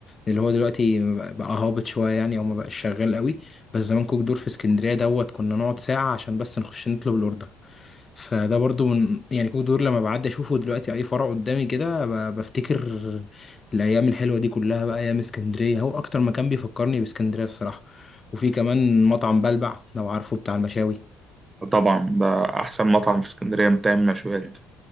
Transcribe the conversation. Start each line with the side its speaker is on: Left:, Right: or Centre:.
Left: اللي هو دلوقتي بقى بقى هابط شوية يعني او ما بقاش شغال قوي بس زمان كوك دور في اسكندرية دوت كنا نقعد ساعة عشان بس نخش نطلب الاوردر فده برضو من يعني كوك دور لما بعدي اشوفه دلوقتي اي فرع قدامي كده ب- بفتكر الايام الحلوة دي كلها بقى ايام اسكندرية هو اكتر مكان بيفكرني باسكندرية الصراحة وفي كمان مطعم بلبع لو عارفه بتاع المشاوي
Right: وطبعا ده أحسن مطعم في اسكندرية بتعمل مشويات